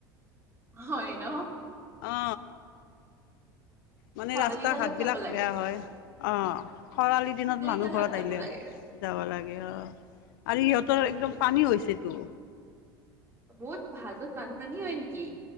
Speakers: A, on the right; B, on the left.
A: হয় ন।
B: অ মানে
A: খৰালি
B: ৰাস্তা
A: কালত
B: ঘাটবিলাক
A: যাব লাগে
B: বেয়া হয় অ, খৰালি দিনত মানুহ
A: কালত
B: ঘৰত
A: যাব
B: আহিলে
A: লাগে
B: যাব লাগিব আৰু ইহঁতৰ
A: সেইটোৱে
B: একদম পানী হৈছেতো।
A: বহুত ভাঁজত বানপানী হয় নেকি।